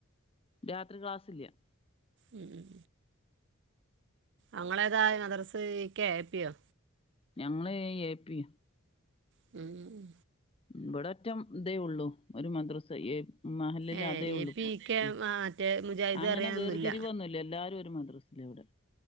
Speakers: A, on the left; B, on the right.
A: രാത്രി ക്ലാസില്ല.
B: ഉം ഉം അങ്ങളേതാ അദ്റസ് ഇകെ ഏപ്പിയോ
A: ഞങ്ങള് എ, പി,
B: ഹു ഉും
A: ഇവിടെ ഒറ്റം ഇതേ ഉള്ളൂ ഒരു മദ്രസ എ മഹല്ലിൽ
B: ഏഹ്
A: അതേ
B: ഈ
A: ഉള്ളൂപ്പ
B: പി കെ
A: ഉ
B: ആ മറ്റേ മുജാഹിദ്
A: അങ്ങനെ
B: അറിയാനൊന്നുല്ല
A: വേറിതിരിവോന്നില്ല. എല്ലാരും ഒരു മദ്രസില ഇവിടെ